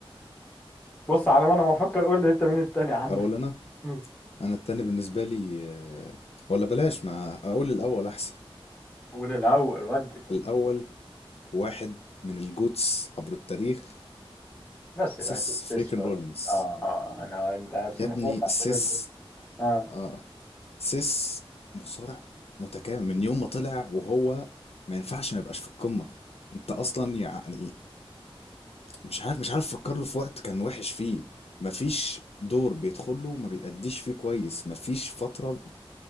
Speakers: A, on the left; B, on the left.
A: بص على ما أنا ما أفكر قول لي أنت مين التاني عندك
B: اقول انا
A: <laughs> مم.
B: انا التاني بالنسبة لي آه، ولا بلاش مع اقول الاول احسن
A: قول الأول ودي
B: الاول واحد من الجوتس عبر التاريخ
A: بس
B: سيس
A: يبقى أكيد تسلا
B: فريكن رولينز
A: آه آه آه. أنا أنت بس
B: يا
A: مش
B: ابني
A: هينفع
B: سيس
A: تقول كده آه
B: اه سيس مصارع متكامل من يوم ما طلع وهو ما ينفعش ما يبقاش في القمة انت اصلا يعني مش عارف مش عارف افكر له في وقت كان وحش فيه مفيش دور بيدخل له ما بيأديش فيه كويس مفيش فترة